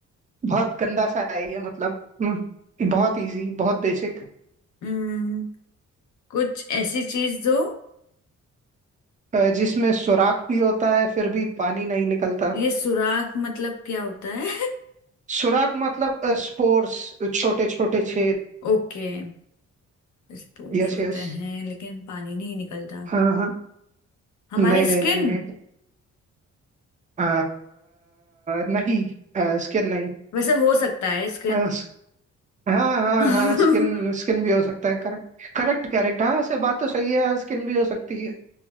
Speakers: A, on the right; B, on the left.
A: बहुत गंदा सा है ये मतलब हम्म, बहुत इजी बहुत बेसिक
B: हम्म, कुछ ऐसी चीज दो
A: जिसमें सुराख भी होता है फिर भी पानी नहीं निकलता
B: ये सुराख मतलब क्या होता है
A: सुराख मतलब स्पोर्स छोटे छोटे छेद
B: <laughs> ओके स्पूस
A: यस
B: होते
A: यस
B: हैं लेकिन पानी नहीं निकलता
A: हाँ हाँ
B: हमारी
A: नहीं नहीं
B: स्किन
A: नहीं नहीं अ, नहीं स्किन नहीं
B: वैसे हो सकता है स्किन
A: अ, स- हाँ हाँ
B: <laughs>
A: हाँ स्किन स्किन भी हो सकता है करेक्ट करेक्ट करेक्ट हाँ से बात तो सही है स्किन भी हो सकती है